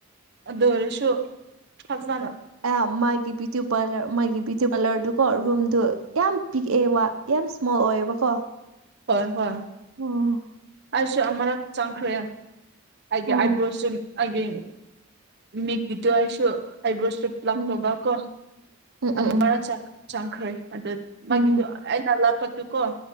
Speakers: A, on the right; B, on the right.
A: ꯑꯗꯨ ꯑꯣꯏꯔꯁꯨ ꯆꯞꯖꯥꯅꯕ
B: ꯑꯌꯥꯝ ꯃꯥꯒꯤ ꯕꯌꯨꯇꯤ ꯄꯥꯔꯂꯔ ꯃꯥꯒꯤ ꯕꯌꯨꯇꯤ ꯄꯥꯔꯂꯔꯗꯨꯀꯣ ꯔꯨꯝꯗꯨ ꯌꯥꯝ ꯄꯤꯛꯑꯦ ꯋꯥ ꯌꯥꯝ ꯏꯁꯃꯣꯜ ꯑꯣꯏꯌꯦꯕꯀꯣ
A: ꯍꯣꯏ ꯍꯣꯏ
B: ꯎꯝ
A: ꯑꯩꯁꯨ ꯑꯃꯛ ꯆꯪꯈ꯭ꯔꯦ ꯑꯩꯒꯤ
B: ꯎꯝ
A: ꯑꯥꯏꯕ꯭ꯔꯣꯁꯨ ꯑꯩꯒꯤ ꯃꯤꯒꯤꯗꯣ ꯑꯩꯁꯨ ꯑꯥꯏꯕ꯭ꯔꯣꯁꯇ ꯂꯥꯛꯇꯧꯕ
B: ꯎꯝ
A: ꯀꯣ
B: ꯎꯝ
A: ꯑꯃꯔ ꯆ ꯆꯥꯡꯈ꯭ꯔꯩ ꯑꯗꯨ
B: ꯎꯝ
A: ꯃꯥꯒꯤꯗꯨ ꯑꯩꯅꯜ ꯂꯥꯞꯄꯠꯇꯨ ꯀꯣ